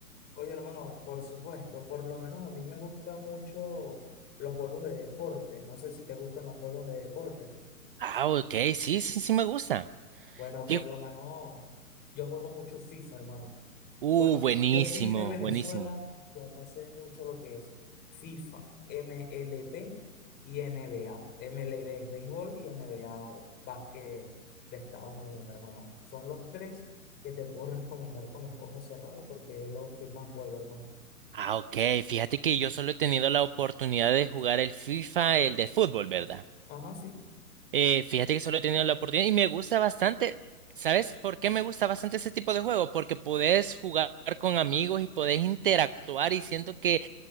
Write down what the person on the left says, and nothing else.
Oye, hermano, por supuesto, por lo menos a mí me gustan mucho los juegos de deporte. No sé si te gustan los juegos de deporte.
Bueno,
por
lo menos yo juego mucho FIFA, hermano.
Bueno,
yo soy de Venezuela
y acá sé mucho lo que es FIFA, MLB y NBA. MLB es béisbol y NBA o básquet de Estados Unidos, hermano. Son los tres que te puedo <laughs> recomendar con los ojos cerrados porque es lo que más juego, hermano.
Ajá, sí.